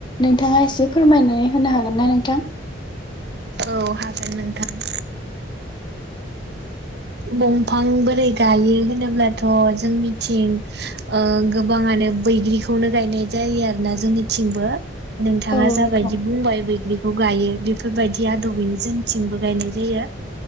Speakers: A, on the left; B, on the right.
A: नोंथाङा एसे फोरमायनानै होनो हागोन ना नोंथां?
B: औ हागोन नोंथां दंफां बोरै गायो होनोब्लाथ' जोंनिथिं ओ गोबाङानो बैग्रिखौनो गायनाय जायो आरोना जोंनिथिंबो नोंथाङा
A: औ
B: जाबायदि
A: नोंथां
B: बुंबाय बैग्रि खौ गायो बेफोरबायदि आदबयैनो जोंनिथिंबो गायनाय जायो।